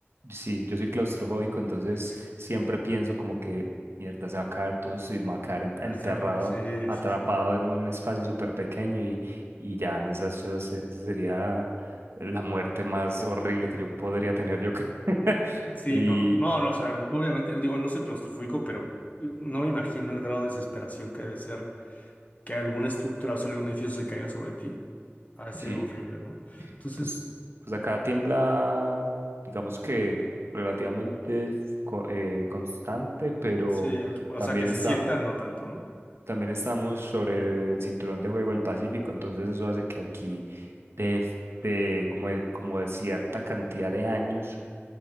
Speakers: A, on the right; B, on the left.
A: sí, yo soy claustrofóbico, entonces
B: Ok, ok.
A: siempre pienso como que, mierda, se va a caer todo esto y me va a quedar en- enterrado,
B: Demasiado, Sí,
A: atrapado
B: sí, sí.
A: en un espacio súper pequeño y, y ya, esa, eso se- esa sería la muerte más horrible que yo podría tener yo. creo. <laughs>
B: Sí,
A: Y
B: no, no, no, o sea, obviamente, digo, no soy claustrofóbico, pero eh, no me imagino el grado de desesperación que debe ser que alguna estructura o sea, algún edificio se caiga sobre ti. Ha de ser
A: sí.
B: horrible, ¿no? Entonces,
A: Pues, pues acá tiembla, digamos que relativamente es co- eh, constante, pero
B: sí, aquí, o
A: también
B: sea, que se
A: está,
B: sientan, no tanto, ¿no?
A: también estamos sobre el cinturón de juego del Pacífico, entonces eso hace que aquí desde como de, como de cierta cantidad de años